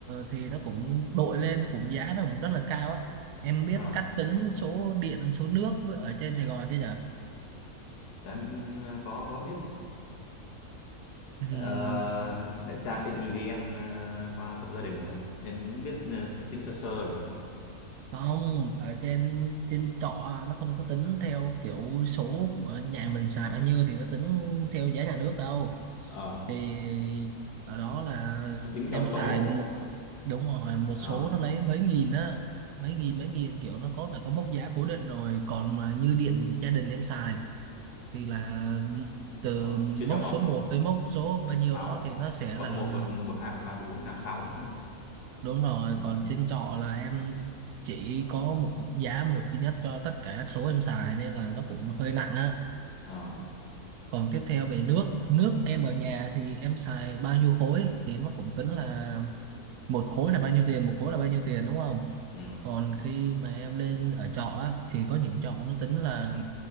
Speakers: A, on the right (about 85°); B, on the left (about 90°).
A: thì nó cũng đội lên cũng giá nó cũng rất là cao á em biết
B: ờ
A: cách tính số điện số nước với- ở trên Sài Gòn chứ nhở
B: để em ừ, có có biết
A: Ừm,
B: Ờ, em có thể tra trên EVN ờ, qua hộ gia đình rồi nên cũng biết ờ, cái tính sơ sơ rồi
A: không ở trên trên trọ nó không có tính theo kiểu số của nhà mình xài bao nhiêu thì nó tính theo giá nhà nước đâu
B: ờ
A: thì ở đó là
B: nó tính
A: em
B: theo số
A: xài một đúng rồi một
B: ờ
A: số nó lấy mấy nghìn á mấy nghìn mấy nghìn kiểu nó có là có mốc giá cố định rồi còn mà như điện gia đình em xài thì là từ
B: ờ,
A: mốc
B: chia theo bậc
A: số một tới mốc số bao nhiêu
B: sáu
A: đó thì nó sẽ
B: bậc
A: là
B: một bậc bậc 2 bậc ba bậc bốn năm sáu đúng không
A: Đúng rồi,
B: Đúng
A: còn
B: rồi
A: trên trọ là em chỉ có một giá một duy nhất cho tất cả các số em xài nên là nó cũng hơi nặng á.
B: ờ
A: Còn tiếp theo về nước, nước em ở nhà thì em xài bao nhiêu khối thì nó cũng tính là một khối là bao nhiêu tiền, một khối là bao nhiêu tiền đúng không?
B: ừ
A: Còn khi mà em lên ở trọ á thì có những trọ nó tính là